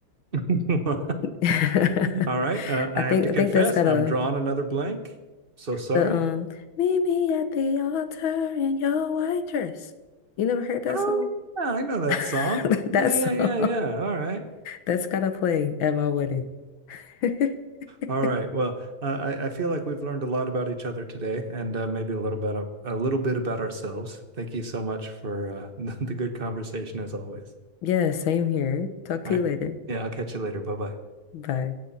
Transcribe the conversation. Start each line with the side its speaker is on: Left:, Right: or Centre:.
Right: <laughs> All
Left: <laughs>
Right: right, uh, I
Left: I think
Right: have to
Left: I
Right: confess,
Left: think that's got
Right: I'm
Left: a
Right: drawing another blank. So sorry.
Left: the um Meet me at the altar in your white dress. You never heard that
Right: Oh
Left: song?
Right: yeah, I know that
Left: <laughs>
Right: song. Yeah,
Left: That
Right: yeah,
Left: song.
Right: yeah, yeah. All right.
Left: That's gotta play at my wedding. <laughs>
Right: All right. Well, uh, I, I feel like we've learned a lot about each other today, and uh, maybe a little bit of, a little bit about ourselves. Thank you so much for uh, <laughs> the good conversation as always.
Left: Yeah, same here. Talk
Right: All
Left: to
Right: right.
Left: you later.
Right: Yeah, I'll catch you later. Bye bye.
Left: Bye.